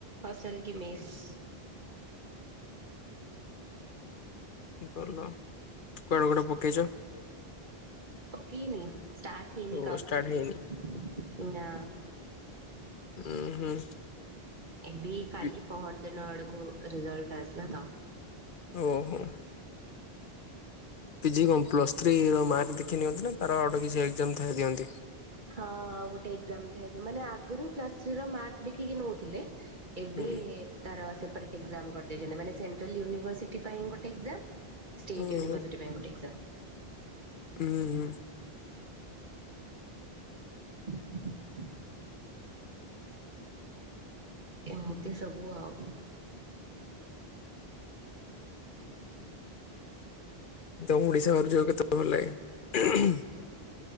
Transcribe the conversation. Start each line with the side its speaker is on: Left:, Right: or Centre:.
Right: ହଷ୍ଟେଲ କି ମେସ୍।
Left: ଭଲ କୁଆଡେ କୁଆଡେ ପକେଇଛ?
Right: ପକେଇନି ଷ୍ଟାର୍ଟ ହେଇନି
Left: ଓ
Right: କାଉନସିଲିଂ
Left: ଷ୍ଟାର୍ଟ ହେଇନି
Right: ନା।
Left: ହୁଁ ହୁଁ।
Right: ଏବେ କାଲି
Left: ପି
Right: ପହର ଦିନ ଆଡକୁ ରେଜଲଟ ଆସିଲା ତ।
Left: ଓହୋ। ପିଜି କଣ ପ୍ଲସ୍ ଥ୍ରୀର ମାର୍କ ଦେଖି ନିଅନ୍ତି ନା ତାର ଅଟେ କିଛି ଏକ୍ଜାମ ଥାଏ ଦିଅନ୍ତି।
Right: ହଁ ଆଉ ଗୋଟେ ଏକ୍ଜାମ୍ ଥାଏ ମାନେ ଆଗରୁ ପ୍ଲସ୍ ଥ୍ରୀ ର ମାର୍କ ଦେଖିକି ନଉଥିଲେ। ଏବେ
Left: ହୁଁ
Right: ତାର ସେପାରେଟ ଏକ୍ଜାମ୍ କରିଦେଇଛନ୍ତି ମାନେ ସେଣ୍ଟ୍ରାଲ ୟୁନିଭରସିଟି ପାଇଁ ଗୋଟୋ ଏକ୍ଜାମ୍। ଷ୍ଟେଟ
Left: ଓହୋ
Right: ୟୁନିଭର୍ସିଟି ପାଇଁ ଗୋଟେ ଏକ୍ସାମ।
Left: ହୁଁ।
Right: ହ <inaudible> ଏମିତି ସବୁ ଆଉ।
Left: ତମକୁ ଓଡିଶା ବାହାରକୁ ଯିବାକୁ କେତେ ଭଲ ଲାଗେ?